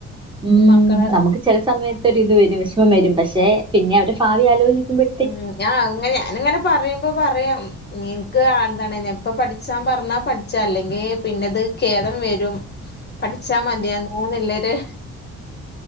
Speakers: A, on the right; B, on the left.
A: ഉം
B: മക്കളെ
A: നമുക്ക് ചില സമയത്ത് ഒര് ഇത് വരും വിഷമം വരും പക്ഷെ പിന്നെ അവര് ഭാവിആലോജി ആലോചിക്കുമ്പോ
B: ഉം ഞാഅങ്ങനെ ഞാനിങ്ങനെ പറയുമ്പോപറയും നിനക്ക് വേന്തനത് യാണ് ഞാൻ ഇപ്പ പഠിച്ചാ പറഞ്ഞാ പഠിച്ചാ അല്ലെങ്കി പിന്നെത് ഖേദം വരും
A: ഉ
B: പഠിച്ചാൽ മതിയായ്ന് മൂന്ന്ള്ളേര്.